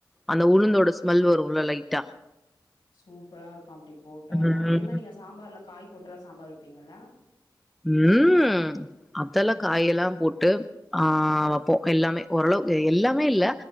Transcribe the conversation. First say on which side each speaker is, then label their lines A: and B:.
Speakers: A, in the centre; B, on the left.
A: அந்த உளுந்தோட ஸ்மெல் வருல லைட்டா
B: சூப்பரா இருக்கு அப்டி போட்டா தா
A: ம்
B: அதே மாரி நீங்க சாம்பார்ல காய் போட்டுலா சாம்பார் வப்பிங்கல்ல
A: ம் அதெல்லா காய் எல்லா போட்டு ஆ வப்போ எல்லாமே ஓரளவு எல்லாமே இல்ல